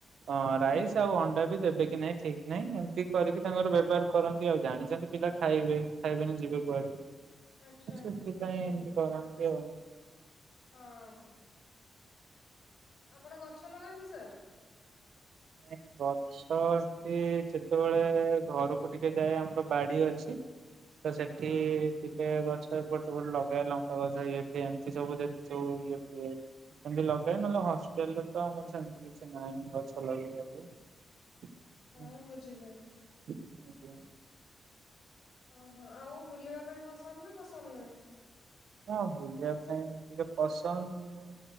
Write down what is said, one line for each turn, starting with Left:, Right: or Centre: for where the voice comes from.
Right: ହଁ, ରାଇସ୍ ଆଉ ଅଣ୍ଡାବି ଦେବେକି ନାଇଁ ଠିକ୍ ନାଇଁ ଏମିତି କରିକି ତାଙ୍କର ବେପର୍ କରନ୍ତି ଆଉ ଜାଣିଚନ୍ତି ପିଲା ଖାଇବେ ଖାଇବେନି ଯିବେ କୁଆଡ଼େ
Left: ଆଚ୍ଛା
Right: ସେଥିପାଇଁ
Left: ବୁଝିଲି।
Right: ଏମିତି କରନ୍ତି ଆଉ।
Left: ହଁ। ଆପଣ ଗଛ ଲଗାନ୍ତି ସାର୍?
Right: ନାଇଁ ଗ ଛ ଏମତି ଯେତେବେଳେ ଘରକୁ ଟିକେ ଯାଏ ଆମର ବାଡ଼ି ଅଛି ତ ସେଠି
Left: ହଁ
Right: ଟିକେ ଗଛ ଏପଟେ ସେପଟେ ଲଗାଏ ଲଙ୍କା ଗଛ ଇଏ ଫିଏ ଏମିତି ସବୁ ଯୋଉ ଇଏ ଫିଏ ଏମିତି ଲଗାଏ ନହେଲେ ହଷ୍ଟେଲରେତ ଆମର ସେମିତି କିଛି ନାହିଁ ଗଛ ଲଗେଇବାକୁ। ହୁଁ।
Left: ହଁ ବୁଝିଲେ।
Right: ଆଜ୍ଞା।
Left: ଓହୋ, ଆଉ ବୁଲିବା ପାଇଁ ପସନ୍ଦନା ପସନ୍ଦ ନୁହେଁ?
Right: ହଁ ବୁଲିବା ପାଇଁ ଟିକେ ପସନ୍ଦ।